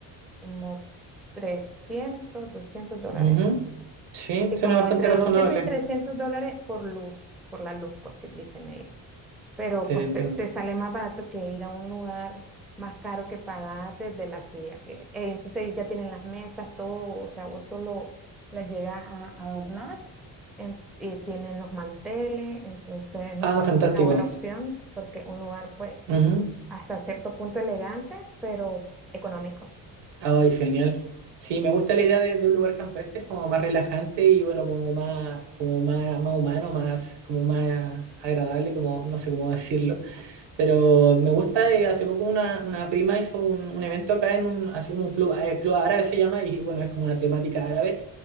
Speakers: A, in the centre; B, on the right.
A: como trescientos doscientos dólares.
B: ujú. Sí,
A: Sí,
B: suena
A: como
B: bastante
A: entre
B: razonable.
A: 200 y 300 dólares por luz, por la luz, pues que dicen ellos. Pero
B: Te
A: pues
B: entiendo.
A: te, te sale más barato que ir a un lugar más caro que pagar desde la silla. que- eh, entonces ellos ya tienen las mesas, todo, o sea, vos solo las llegas a adornar, en- y tienen los manteles, entonces me
B: Ah,
A: parece
B: fantástico.
A: una buena opción porque un lugar pues
B: Ujú.
A: hasta cierto punto elegante, pero económico.
B: Ay, genial. Sí, me gusta la idea de, de un lugar campestre, es como más relajante y bueno, como más, como más, más humano, más, como más agradable, como no sé cómo <laughs> decirlo. Pero me gusta de hace poco una, una prima hizo un, un evento acá en un, así como un club, eh, club árabe se llama, y bueno, es como una temática árabe.